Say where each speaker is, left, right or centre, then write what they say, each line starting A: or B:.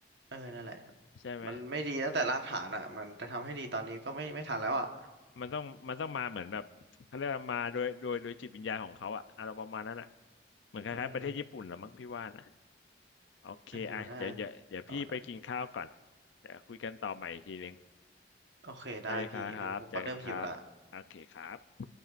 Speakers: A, on the right; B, on the left.
A: เออนั่นแหละ
B: ใช่ไหม
A: มันไม่ดีตั้งแต่รากฐานอ่ะมันจะทำให้ดีตอนนี้ก็ไม่ไม่ทันแล้วอ่ะ
B: มันต้องมันต้องมาเหมือนแบบเขาเรียกว่ามาโดยโดยโดยจิตวิญญาณของเขาอะอารมณ์ประมาณนั้นอ่ะเหมือนคล้ายๆประเทศญี่ปุ่นละมั้งพี่ว่านะ
A: อืม
B: โอเคอ่ะเดี๋ยวเดี๋ยวเดี๋ยวพี่ไปกินข้าวก่อน
A: เออน่าตอนนั้น
B: เดี๋ยวคุยกันต่อใหม่อีกทีนึง
A: โอเคได้พี่เออผมก็เริ่มหิวละ
B: ได้ครับครับเจอกันครับโอเคครับ